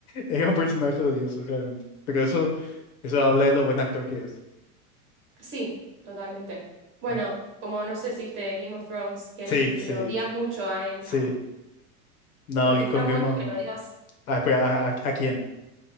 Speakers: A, on the left; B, on the right.
A: Era un personaje odioso, realmente. Pero eso, eso habla de lo buen actor que es.
B: Sí, totalmente. Bueno,
A: ¿eh?
B: como no sé si viste Game of Thrones, que,
A: Sí,
B: él,
A: sí,
B: que lo odias mucho a él,
A: sí.
B: a-
A: No,
B: porque
A: y
B: es
A: con
B: tan
A: Gaiman.
B: bueno que lo odias.
A: Ah, espera, ¿a, a- a quién?